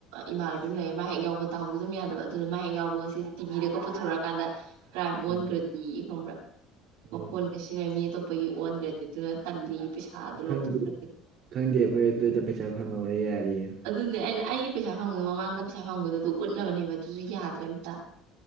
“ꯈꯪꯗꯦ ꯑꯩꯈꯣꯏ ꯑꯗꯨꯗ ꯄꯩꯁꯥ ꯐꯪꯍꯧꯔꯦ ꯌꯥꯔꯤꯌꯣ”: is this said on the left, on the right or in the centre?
Right